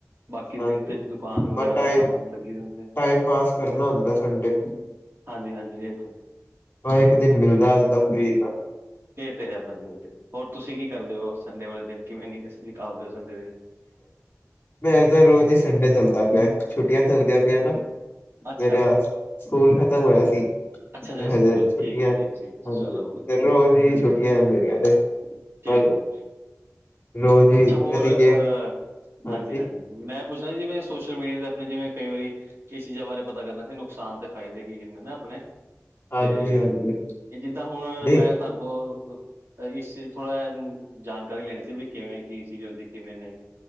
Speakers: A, on the right; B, on the left.
A: ਬਾਕੀ
B: ਹਾਂਜੀ
A: ਦਿਨ ਤੇ ਦੁਕਾਨ ਵਗੈਰਾ
B: ਬਸ ਟਾਈਮ
A: ਤੇ ਕੰਮ ਲੱਗੀ ਰੇਦੇ
B: ਟਾਈਮ ਪਾਾਸ ਕਰਨਾ ਹੁੰਦਾ ਸੰਡੇ ਨੂੰ
A: ਹਾਂਜੀ- ਹਾਂਜੀ ਇਹ
B: ਹਾ ਇੱਕ ਦਿਨ ਮਿਲਦਾ ਅੱਜ ਦਾ ਫਰੀ ਦਾ
A: ਇਹ ਤੇ ਹੈ ਭਾਜੀ ਇਹ ਤੇ। ਹੋਰ ਤੁਸੀਂ ਕੀ ਕਰਦੇ ਹੋ ਸੰਡੇ ਵਾਲੇ ਦਿਨ ਕਿਵੇਂ ਨਹੀਂ ਨਿਕਾਲਦੇ ਹੋ ਸੰਡੇ ਦਿਨ।
B: ਮੇ ਤਾਂ ਰੋਜ਼ ਹੀ ਸੰਡੇ ਚੱਲਦਾ ਪਿਆ ਛੁੱਟੀਆਂ ਚੱਲਦੀਆਂ ਪਈਆਂ ਨਾ
A: ਅੱਛਾ
B: ਮੇਰਾ, ਸਕੂਲ ਖ਼ਤਮ ਹੋਇਆ ਸੀ। ਤੇ
A: ਅੱਛਾ ਅੱਛਾ
B: ਹਰ
A: ਸਕੂਲ
B: ਰੋਜੇ ਛੁੱਟੀਆਂ,
A: ਠੀਕ ਠੀਕ ਠੀਕ
B: ਹਾਂਜੀ
A: ਚਲੋ ਵਧੀਆ
B: ਤੇ ਰੋਜ਼ ਹੀ ਛੁੱਟੀਆਂ ਮੇਰੀਆਂ ਤੇ।
A: ਠੀਕ-
B: ਪਰ
A: ਠੀਕ,
B: ਰੋਜ਼ ਹੀ
A: ਅੱਛਾ
B: ਕਦੀ
A: ਹੋਰ
B: ਗੇਮ
A: ਅ
B: ਹਾਂਜੀ
A: ਹਾਂਜੀ-ਹਾਂਜੀ ਮੈਂ ਪੁੱਛਣਾ ਜਿਵੇਂ ਸੋਸ਼ਲ ਮੀਡੀਆ ਤੇ ਆਪਣੇ ਜਿਵੇਂ ਕਈ ਵਾਰੀ ਇਹ ਚੀਜ਼ਾਂ ਬਾਰੇ ਪਤਾ ਕਰਨਾ ਸੀ ਨੁਕਸਾਨ ਤੇ ਫਾਇਦੇ ਕੀ- ਕੀ ਨੇ ਆਪਣੇ।
B: ਹਾਂਜੀ
A: ਤੇ
B: ਹਾਂਜੀ
A: ਜਿੱਦਾਂ ਹੁਣ
B: ਨਹੀਂ
A: ਮੈਂ ਤਾਡੇ ਕੋ ਇਸ ਥੋੜ੍ਹਾ ਜਾਣਕਾਰੀ ਲੈਣੀ ਸੀ। ਵੀ ਕਿਵੇਂ ਕੀ ਚੀਜ਼ ਹੁੰਦੀ ਕਿਵੇਂ ਨਹੀਂ।